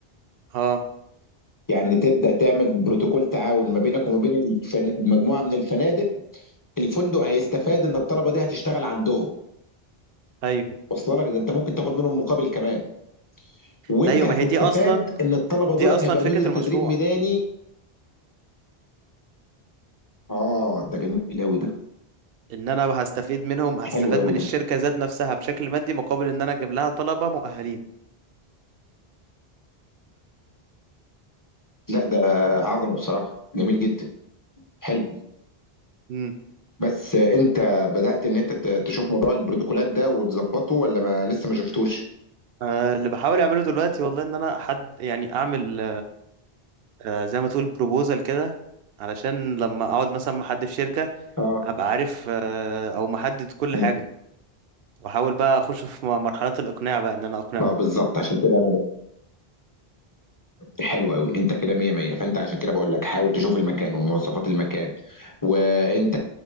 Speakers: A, on the right; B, on the left.
A: اه
B: يعني تبدأ تعمل بروتوكول تعاون ما بينك وما بين الفن... مجموعة من الفنادق الفندق هيستفاد ان الطلبة دي هتشتغل عندهم
A: ايوه
B: واصله لك ده انت ممكن تاخد منهم مقابل كمان وانت
A: لا ايوه
B: هتستفاد
A: ما هي دي اصلا
B: ان الطلبة
A: دي
B: دولت
A: اصلا
B: هيبقى
A: فكرة
B: نزل
A: المشروع
B: تدريب ميداني اه ده جميل قوي ده
A: ان انا هستفيد منهم هستفاد
B: حلو قوي
A: من الشركة
B: ده
A: ذات نفسها بشكل مادي مقابل ان انا اجيب لها طلبة مؤهلين
B: لا ده عظمة بصراحة جميل جدا حلو
A: امم
B: بس انت بدأت ان انت ت- تشوف موضوع البروتوكولات ده وتظبطه ولا ما لسه ما شفتوش
A: آه، اللي بحاول اعمله دلوقتي والله ان انا حد يعني اعمل آه، زي ما تقول بروبوزال كده علشان لما اقعد مثلا مع حد في شركة
B: اه
A: ابقى عارف آه، او محدد كل
B: مم.
A: حاجة واحاول بقى اخش في م- مرحلة الاقناع بقى ان انا اقنعهم
B: بقى بالظبط عشان كده حلو قوي انت كده مية مية فانت عشان كده بقول لك حاول تشوف المكان ومواصفات المكان وانت